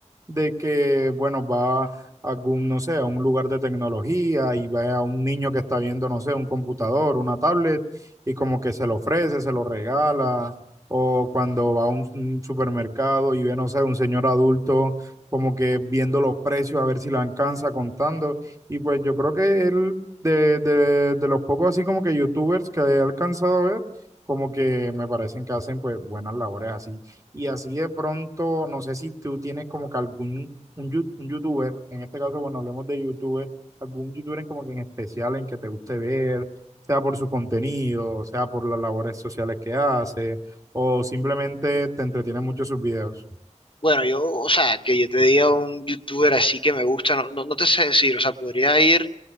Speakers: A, on the right; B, on the left.
A: de que, bueno, va a algún, no sé, a un lugar de tecnología y va a un niño que está viendo, no sé, un computador, una tablet, y como que se lo ofrece, se lo regala, o cuando va a un, un supermercado y ve, no sé, un señor adulto como que viendo los precios a ver si le alcanza contando, y pues yo creo que él, de, de, de los pocos así como que youtubers que he alcanzado a ver, como que me parecen que hacen pues buenas labores así y así de pronto, no sé si tú tienes como que algún un, yu- un youtuber, en este caso, bueno, hablemos de youtuber, algún youtuber como que en especial en que te guste ver, sea por su contenido, sea por las labores sociales que hace, o simplemente te entretiene mucho sus videos.
B: Bueno, yo, o sea, que yo te diga un youtuber así que me gusta, no, no, no te sé decir, o sea, podría ir